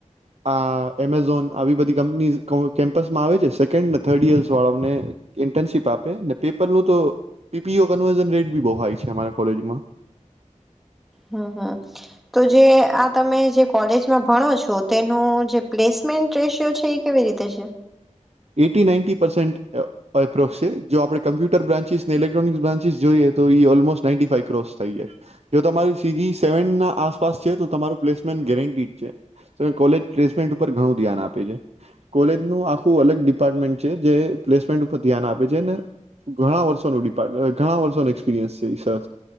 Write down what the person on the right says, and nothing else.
આ એમેઝોન આવી બધી કંપનીઝ ક કેમ્પસમાં આવે સેકન્ડ ને થર્ડ યર્સ વાળા ઓને, ઇન્ટર્નશીપ આપે ને પેપરનુ તો, P P U conversion rate બી હાઈ છે અમારે કોલેજમા.
એટી નાઇન્ટી પસેન્ટ અ એપ્રોક્ષ છે જો આપણે કમ્પ્યુટર બ્રાન્ચિસ ને ઇલેક્ટ્રોનિકસ બ્રાન્ચીસ જોઈએ તો ઈ ઓલમોસ્ટ નાઈન્ટી ફાઇ ક્રોસ થઈ જાય, જો તમારી સી જીી સેવનના આસપાસ છે તો તમારું પ્લેસમેન્ટ ગેરેટી જ છે, ત કોલેજ પ્લેસમેન્ટ ઉપર ઘણું ધ્યાન આપે છે, કોલેજનું આખું અલગ ડિપાર્ટમેન્ટ છે જે પ્લેસમેન્ટ ઉપર ધ્યાન આપે છે ને, ઘણા વર્ષોનું ડિપાર્ટ ઘણા વર્ષોનું એક્સપિરયન્સ છે, સર